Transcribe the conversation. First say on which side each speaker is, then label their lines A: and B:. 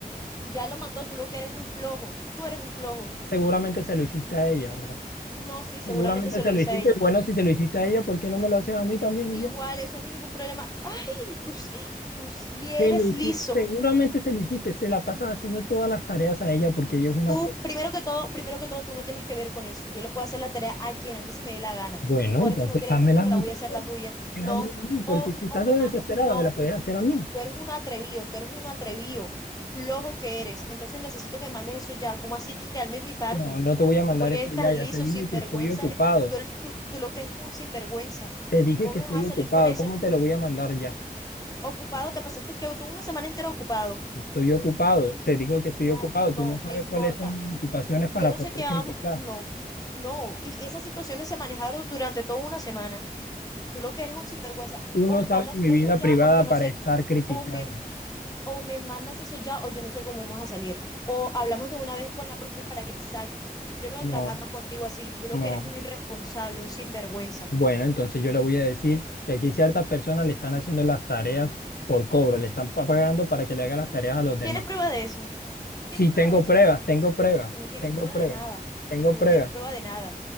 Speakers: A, on the left; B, on the left.
A: Ya lo mandó, tú lo que eres un flojo, tú eres un flojo.
B: Seguramente se lo hiciste a ella, ¿verdad?
A: No, sí, seguramente
B: Seguramente
A: se
B: se
A: lo
B: lo
A: hice
B: hiciste.
A: a ella.
B: Bueno, si se lo hiciste a ella, ¿por qué no me lo haces a mí también
A: Igual,
B: y ya?
A: eso no es ningún problema. Ay, tú, sí- tú sí
B: Se
A: eres
B: lo hiciste,
A: liso.
B: seguramente se lo hiciste. Se la pasas haciendo todas las tareas a ella porque ella es una
A: Tú,
B: flor.
A: primero que todo, primero que todo, tú no tienes que ver con eso. Yo le puedo hacer la tarea a quien a mí se me dé la gana.
B: Bueno,
A: Y por
B: entonces
A: eso no quiere
B: házmela
A: decir que te
B: a mí
A: la voy
B: también.
A: a hacer la tuya.
B: Sí,
A: No.
B: Házmela a mí, porque
A: O,
B: si estás
A: o me
B: tan
A: manda,
B: desesperada,
A: no,
B: me la puedes hacer a mí.
A: tú eres un atrevido, tú eres un atrevido, flojo que eres. Entonces necesito que me mandes eso ya. ¿Cómo así que calmes mi parte?
B: No, no te voy a mandar
A: ¿Tú por qué
B: eso
A: eres
B: ya.
A: tan
B: Ya
A: liso,
B: te dije
A: sinvergüenza?
B: que estoy ocupado.
A: Eh, Tú, tú, tú lo que eres es un sinvergüenza.
B: Te dije
A: ¿Cómo
B: que estoy
A: me vas a salir
B: ocupado.
A: con esa?
B: ¿Cómo te lo voy a mandar ya?
A: Ocupado, te pasaste que tú una semana entera ocupado.
B: Estoy ocupado. Te digo que estoy
A: No,
B: ocupado.
A: no,
B: Tú no
A: me
B: sabes
A: importa.
B: cuáles son mis ocupaciones para
A: Yo no
B: poder
A: sé qué amo.
B: criticar.
A: No, no. Y esas situaciones se manejaron durante toda una semana. Tú lo que eres es un sinvergüenza.
B: Tú
A: O
B: no
A: me
B: sabes
A: mandas
B: mi
A: eso
B: vida
A: ya,
B: privada
A: o yo no
B: para
A: sé.
B: estar criticando.
A: O me, o me mandas eso ya, o yo no sé cómo vamos a salir. O hablamos de una vez con la profe para que te saque. Yo no voy
B: No,
A: a trabajar más contigo así. Tú lo
B: no.
A: que eres un irresponsable, un sinvergüenza.
B: Bueno, entonces yo le voy a decir que aquí ciertas personas le están haciendo las tareas por cobro, le están pa- pagando para que le haga las tareas a los demás.
A: ¿Tienes prueba de eso? Tú tienes
B: Sí,
A: prueba
B: tengo
A: de eso.
B: pruebas, tengo pruebas,
A: Tú no tienes
B: tengo
A: prueba
B: pruebas,
A: de nada.
B: tengo
A: Tú
B: pruebas.
A: no tienes prueba de nada.